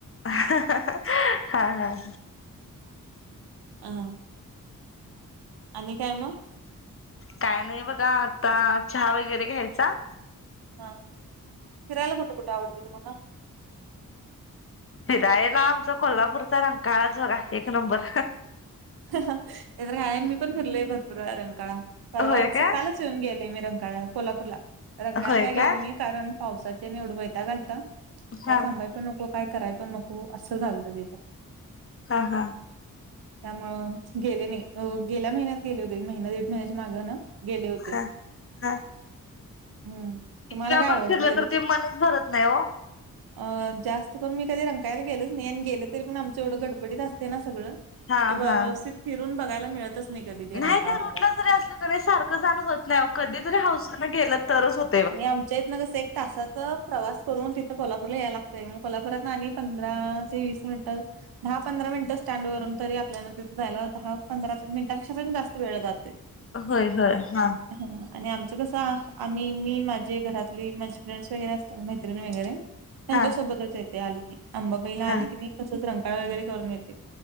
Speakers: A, on the left (about 35°); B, on the right (about 85°).
A: हा हा
B: ह आणि काय मग?
A: काय नाही बघा आता, चहा वगैरे घ्यायचा.
B: हा, फिरायला कुठे कुठे आवडत तुम्हाला?
A: फिरायला, आमचा कोल्हापूरचा रंकाळाच बघा एक नंबर
B: ते तर काय, मी पण फिरलेय भरपूर रंकाळा, परवाच
A: होय का
B: कालच येऊन गेले मी रंकाळा कोल्हापूरला, रंकायला
A: होय
B: काय गेले
A: का
B: नाही, कारण पावसाच्या नि एवढा वैताग आ. काय
A: हा
B: थांबाय पण नको, काय कराय पण नको, असं झालतं तिथं
A: हा हा
B: त्यामुळं गेले नाई, गेल्या महिन्यात गेले होते, एक महिना दीड महिन्याची मागे ना गेले होते,
A: हा हा
B: हम्म.
A: किती
B: तुम्हाला
A: वेळा
B: काय
A: पण
B: आवडते
A: फिरलं तर
B: तिथं?
A: ते मनच भरत नाही हो.
B: <inaudible> अ, जास्त करून मी कधी रंकायला गेलच नाही आणि गेलं तरी पण आमचं एवढं गडबडीत असते ना सगळं
A: हा
B: व्यवस्थित
A: हा
B: फिरून बघायला मिळतच नाही कधी. ते रंकाळा
A: नाही त्या रूटला
B: मला.
A: जरी असलं तरी सारखं जाण होत नाही हो, कधी तरी हाऊसनं गेलं तरच होत.
B: आणि आमच्या इतनं कसंये तासाचा प्रवास करून तिथं कोल्हापूरला यायला लागतंय, मग कोल्हापुरातन आणि पंधरा ते वीस मिनिटात दहा पंधरा मिनिटं स्टँड वरुन तरी आपल्याला तिथं जायला दहा पंधरा मिनटांपेक्षा पण जास्त वेळ जातोय.
A: होय होय हा
B: हा, आणि आमचं कसं आम्ही मी, माझे घरातली, माझे फ्रेंड्स वगैरे असतात, मैत्रिणी वगैरे त्यांच्या
A: हा
B: सोबतच येते आलीकी अंबाबाईला
A: हा
B: आली की नई, तसंच रंकाळं वगैरे करून येते.